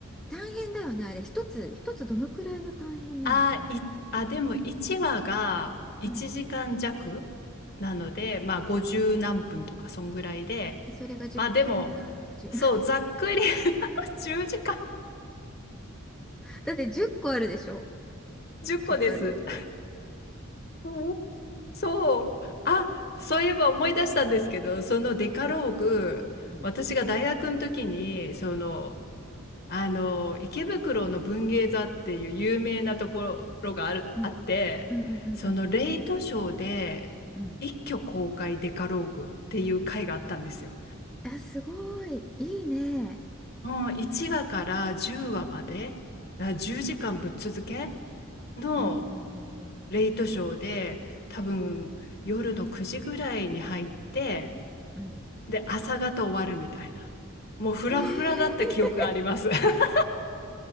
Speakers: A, in the centre; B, on the left (about 50°).
A: 大変だよね、あれ。一つ、一つどのくらいの大変なのかな。
B: あ、い、あ、でも1話が1時間弱なので、
A: うん。
B: まあ50何分とかそんぐらいで、
A: で、それが10個だから、
B: まあでも、
A: 1
B: そう、
A: <laughs>
B: ざっくり <laughs> 10時間、
A: だって10個あるでしょ。
B: 10個です。
A: デカローグ。
B: うんそう。あ、そういえば思い出したんですけど、そのデカローグ、
A: うん。
B: 私が大学の時に、その、
A: うん
B: あの池袋の文芸座っていう有名なところがある、
A: うん
B: あってそのレイトショーで一挙公開デカローグっていう回があったんですよ。
A: うんうんうんうんうんあ、すごい。いいね。
B: もう1話から10話まであ10時間ぶっ続けの
A: うんうんうんうんうん
B: レイトショーで多分夜の9時ぐらいに入って
A: うんうん。うん
B: で朝方終わるみたいなもうフラフラだった記憶があります。
A: えー
B: <laughs>